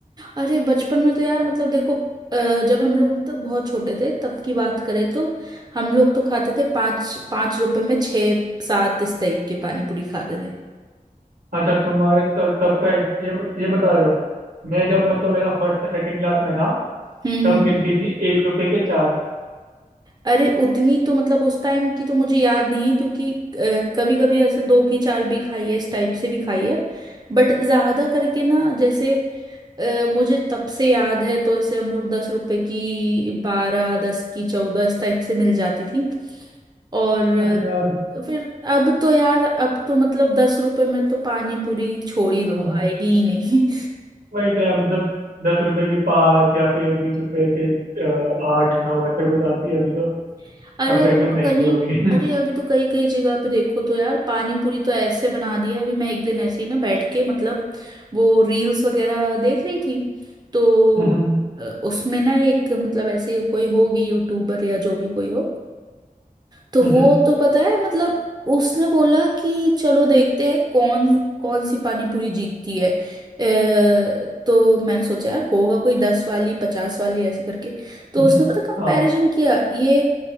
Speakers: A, on the right; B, on the right.
A: अरे बचपन में तो यार मतलब देखो अ, जब हम लोग तो बहुत छोटे थे तब की बात करें तो हम लोग तो खाते थे पाँच पाँच रुपए में छः सात इस टाइप के पानी पूरी खाते थे
B: अच्छा तुम्हारे त, तब का ये ये बता रहे हो मैं जब मतलब है ना फर्स्ट या सेकंड क्लास में था
A: हम्म
B: तब
A: हम्म।
B: मिलती थी एक रुपए के चार
A: अरे उतनी तो मतलब उस टाइम की तो मुझे याद नहीं है क्योंकि कभी कभी ऐसे दो की चार भी खाई है इस टाइप से भी खाई है बट ज्यादा करके ना जैसे अ, मुझे तब से याद है तो ऐसे हम लोग दस रुपए की बारह दस की चौदह इस टाइप से मिल जाती थी और
B: अरे यार
A: अ, फिर अब तो यार अब तो मतलब दस रुपए में तो पानी पूरी छोड़ ही दो
B: हाँ हाँ।
A: आएगी ही नहीं
B: वही तो यार मतलब दस रुपए की पाँच या फिर बीस रुपए के अ, आठ नौ ऐसे कुछ आती है अभी तो
A: <laughs> अरे
B: अभी तो
A: अभी
B: एकदम
A: तो
B: महंगी
A: कहीं
B: हो गई
A: अरे अभी तो कई कई जगह पे देखो तो यार पानी पूरी तो ऐसे बना दिया है। अभी मैं एक दिन ऐसे ही ना बैठ के मतलब वो रील्स वगैरह देख रही थी तो
B: हम्म,
A: अ, उसमें ना एक मतलब ऐसे कोई होगी यूट्यूबर या जो भी कोई हो तो
B: हम्म,
A: वो तो पता है मतलब उसने बोला कि चलो देखते हैं कौन कौन सी पानी पूरी जीतती है अ, तो मैंने सोचा यार होगा कोई दस वाली पचास वाली ऐसे करके तो
B: हम्म,
A: उसने पता कंपैरिजन
B: हाँ
A: किया ये